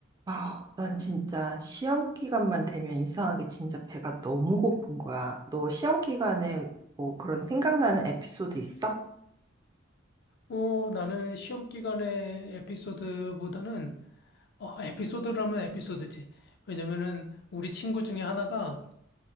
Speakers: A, on the right; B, on the left.
A: 아, 난 진짜 시험 기간만 되면 이상하게 진짜 배가 너무 고픈 거야. 너 시험 기간에 뭐 그런 생각나는 에피소드 있어?
B: 어, 나는 시험 기간의 에피소드보다는, 어, 에피소드라면 에피소드지. 왜냐면은 우리 친구 중에 하나가